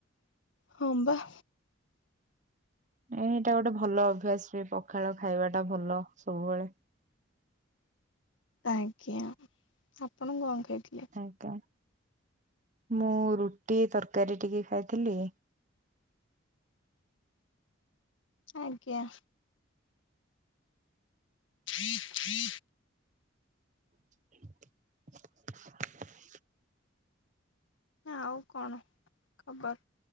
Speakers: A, on the left; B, on the right.
A: ହଁ ବା।
B: ଏଇଟା ଗୋଟେ ଭଲ ଅଭ୍ୟାସ ବି ପଖାଳ ଖାଇବା ଟା ଭଲ ସବୁବେଳେ।
A: ଆଜ୍ଞା ଆପଣ କଣ ଖାଇଥିଲେ।
B: ଆଜ୍ଞା ମୁଁ ରୁଟି ତରକାରୀ ଟିକେ ଖାଇଥିଲି।
A: ଆଜ୍ଞା। ଜ ହି
B: <inaudible>
A: ନା ଆଉ କଣ ଖବର।